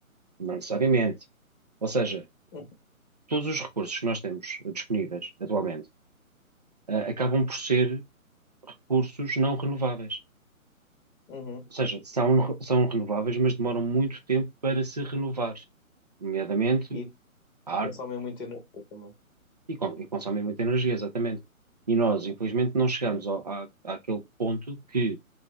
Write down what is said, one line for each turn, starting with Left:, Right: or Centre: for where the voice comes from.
Right: Não necessariamente. Ou seja,
Left: Uhum.
Right: todos os recursos que nós temos disponíveis atualmente, eh, acabam por ser recursos não renováveis.
Left: Uhum.
Right: Ou seja, são, são renováveis, mas demoram muito tempo para se renovar, nomeadamente
Left: E
Right: árvores,
Left: consomem muito energia também.
Right: E, com- e consomem muita energia, exatamente. E nós, infelizmente, não chegamos
Left: Yeah.
Right: ao, à, àquele ponto que